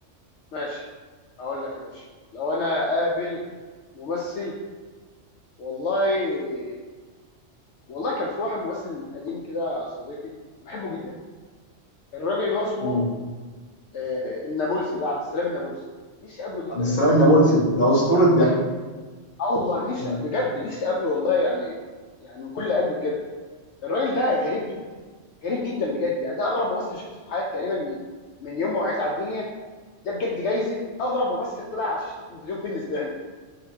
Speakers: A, on the left; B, on the left.
A: ماشي اقول لك يا باشا لو انا قابل ممثل والله والله كان في واحد ممثل قديم كده يا صديقي بحبه جدا الراجل اللي هو اسمه
B: مم.
A: آه، النابلسي ده عبد السلام النابلسي نفسي اقابله جدا
B: عبد السلام
A: والله
B: النابلسي ده اسطوره ضحك
A: اه والله نفسي
B: مم.
A: بجد نفسي اقابله والله يعني يعني من كل قلبي بجد الراجل ده غريب جدا غريب جدا بجد يعني ده اغرب ممثل شفته في حياتي تقريبا من من يوم ما وعيت على الدنيا ده بجد جايزه اغرب ممثل طلع على شاشه التلفزيون بالنسبه لي